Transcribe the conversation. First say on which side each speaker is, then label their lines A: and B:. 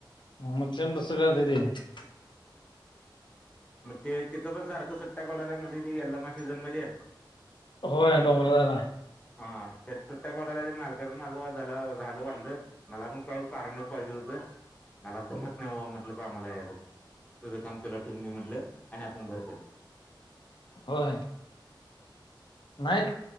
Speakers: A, on the left; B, on the left.
A: मग सेम तसंच करताते.
B: मग ते तिथं पण सारखं सुट्ट्या पडवल्या मध्ये त यल्मा सीझनमध्येध्ये.
A: हो डोंग <inaudible>
B: हा त्या सुट्ट्या पाडायल्या. मालकाच माझं माझं झालं झालं वांध. मला पण काही कारण पाहिजे होतं मला जमत नाही वा म्हटलं कामाला येयला. तुझं काम तुला ठेवून घे म्हटलं आणि आपण बाहेर पडल.
A: होय. नाही